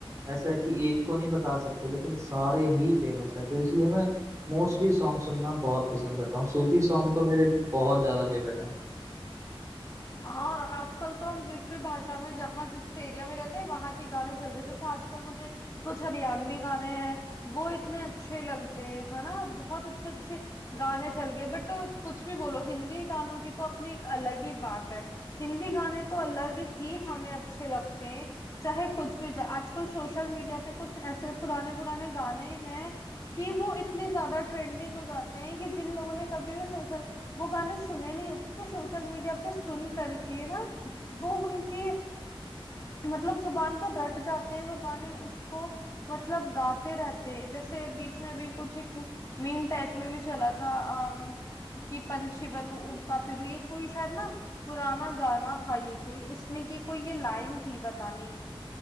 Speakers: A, on the right; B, on the left.
A: ऐसा है कि एक को नहीं बता सकते लेकिन सारे ही फेमस है तो इसलिए मैं मोस्टली सॉन्ग सुनना बहुत पसंद करता हूँ सूफी सॉन्ग तो मेरे बहुत ज्यादा फेवरेट है
B: हाँ और आजकल तो हम जिस भी भाषा में जहाँ जिस एरिया में रहते हैं वहां के गाने चल रहे हैं जैसे आजकल मुझे कुछ हरियाणवी गाने हैं वो इतने अच्छे लगते हैं है ना बहुत अच्छे अच्छे गाने चल गए बट कुछ भी बोलो हिंदी गानों की तो अपनी एक अलग ही बात है हिंदी गाने तो अलग ही हमें अच्छे लगते हैं चाहे कुछ भी हो जाए आजकल सोशल मीडिया पे कुछ ऐसे पुराने पुराने गाने हैं कि वो इतने ज्यादा ट्रेंडिंग हो जाते हैं कि जिन लोगों ने कभी भी सोशल वो गाने सुने नहीं होते तो सोशल मीडिया पे सुन करके ना वो उनके मतलब जुबान पर रट जाते हैं वो गाने उसको मतलब गाते रहते हैं जैसे बीच में भी कुछ एक मीम टाइप में भी चला था अम, कि पंछी बनूं उड़ता फिरूं ये कोई शायद ना पुराना गाना था ये कोई उसमें की कोई ये लाइन थी पता नहीं